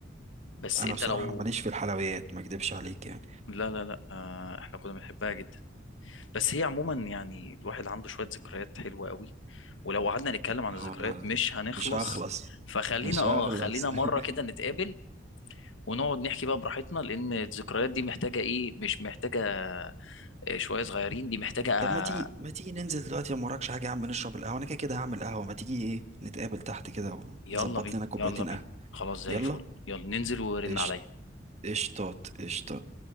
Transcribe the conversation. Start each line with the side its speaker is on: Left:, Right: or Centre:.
Left: بس
Right: انا
Left: انت
Right: بصراحة
Left: لو
Right: ماليش في الحلويات ما اكدبش عليك يعني
Left: لا لا لا آه احنا كنا بنحبها جدا بس هي عموما يعني الواحد عنده شوية ذكريات حلوة قوي ولو قعدنا نتكلم عن
Right: اه
Left: الذكريات
Right: والله
Left: مش هنخلص
Right: مش هخلص
Left: فخلينا
Right: مش
Left: اه
Right: هخلص
Left: خلينا مرة
Right: <laughs>
Left: كده نتقابل ونقعد نحكي بقى براحتنا لأن الذكريات دي محتاجة ايه مش محتاجة آه، شوية صغيرين دي محتاجة
Right: طب
Left: آه،
Right: ما تيجي ما تيجي ننزل دلوقتي لو مراكش حاجة يا عم نشرب القهوة انا كده كده هعمل قهوة ما تيجي ايه نتقابل تحت كده
Left: يلا
Right: ونظبط
Left: بينا
Right: لنا كوبايتين
Left: يلا بينا
Right: قهوة
Left: خلاص زي
Right: يلا
Left: الفل يلا ننزل ورن
Right: قشط-
Left: عليا
Right: قشطات قشطات